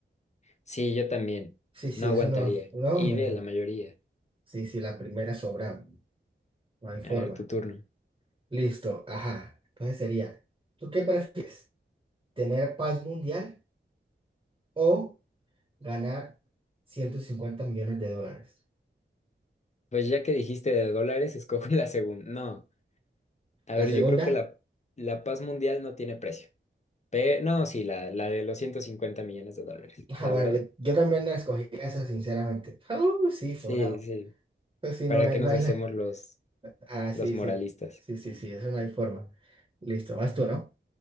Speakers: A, on the left (about 35°); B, on the right (about 25°).
A: sí, yo también.
B: Sí, sí,
A: No aguantaría.
B: eso no, no,
A: Y
B: no,
A: ve
B: no.
A: la mayoría.
B: Sí, sí, la primera sobra, no hay forma.
A: A ver, tu turno.
B: Listo, ajá. Entonces sería, ¿tú qué prefieres? ¿Tener paz mundial o... ganar ciento cincuenta millones de dólares.
A: Pues ya que dijiste de dólares, escojo <laughs> la segunda. No, a
B: La
A: ver,
B: segunda,
A: yo creo que la, la paz mundial no tiene precio. Pero, no, sí, la, la de los 150 millones de dólares, la
B: ah, bueno,
A: verdad.
B: yo, yo también la escogí esa, sinceramente. Ah, Uh, sí,
A: Sí,
B: sobrado.
A: sí.
B: Pues sí,
A: ¿Para
B: no hay,
A: qué nos
B: no hay
A: hacemos
B: la...
A: los,
B: Ah,
A: los
B: sí,
A: moralistas?
B: sí, sí, sí, sí, eso no hay forma. Listo, vas tú, ¿no?